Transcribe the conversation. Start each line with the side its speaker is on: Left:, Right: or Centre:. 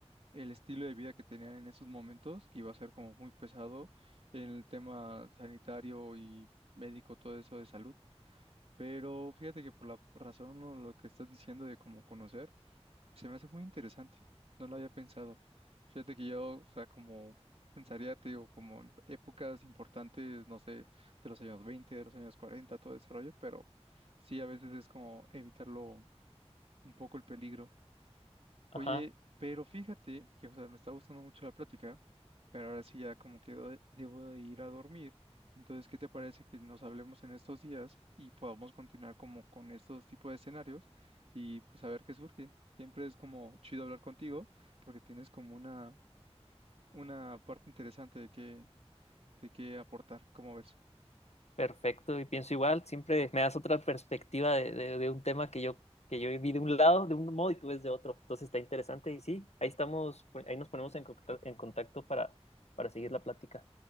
Right: el estilo de vida que tenían en esos momentos, que iba a ser como muy pesado en el tema sanitario y médico, todo eso de salud. Pero fíjate que por la razón o lo que estás diciendo de cómo conocer, se me hace muy interesante. No lo había pensado. Fíjate que yo, o sea, como pensaría, te digo, como en épocas importantes, no sé, de los años 20, de los años 40, todo ese rollo, pero sí, a veces es como evitarlo un poco el peligro. Oye,
Left: Ajá.
Right: pero fíjate que, o sea, me está gustando mucho la plática, pero ahora sí ya como que do- debo de ir a dormir. Entonces, ¿qué te parece que nos hablemos en estos días y podamos continuar como con estos tipos de escenarios y pues a ver qué surge? Siempre es como chido hablar contigo porque tienes como una, una parte interesante de qué, de qué aportar, ¿cómo ves?
Left: Perfecto, y pienso igual, siempre me das otra perspectiva de, de- de un tema que yo, que yo vi de un lado, de un modo, y tú ves de otro. Entonces está interesante y sí, ahí estamos, ahí nos ponemos en, contacto- en contacto para, para seguir la plática.